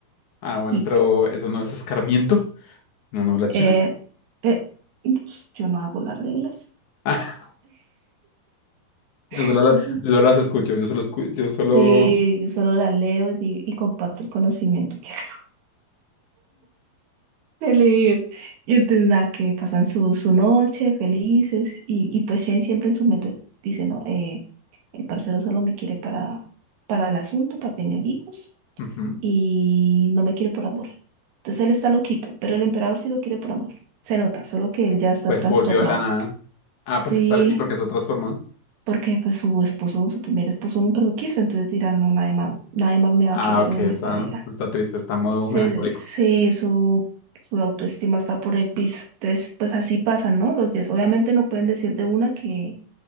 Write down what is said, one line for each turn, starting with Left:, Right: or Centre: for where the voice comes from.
Left: Ah, bueno,
Right: Y
Left: pero eso no es escarmiento. No, no, la china.
Right: eh, eh, yo no hago las reglas.
Left: <laughs> Yo solo,
Right: <laughs>
Left: la- yo solo las escucho. Yo solo escu- yo solo.
Right: Sí, yo solo la leo y, di- y comparto el conocimiento que <laughs> acabo de leer. Y entonces nada, que pasan su, su noche felices y, y pues Shen siempre en su mente dice, no, eh, el parcero solo me quiere para, para el asunto, para tener hijos
Left: Ujú.
Right: y no me quiere por amor. Entonces él está loquito, pero el emperador sí lo quiere por amor. Se nota, solo que él ya está
Left: Pues
Right: trastornado.
Left: volvió de la nada. Ah, porque
Right: Sí,
Left: sale. Y porque está trastornado.
Right: porque pues su esposo, su primer esposo nunca lo quiso, entonces dirán, no, nadie más, nadie más me
Left: Ah,
Right: va a querer
Left: ok,
Right: en
Left: está,
Right: esta vida.
Left: está triste, está en modo
Right: se,
Left: melancólico.
Right: se- su, su autoestima está por el piso. Entonces, pues así pasan, ¿no? Los días. Obviamente no pueden decir de una que,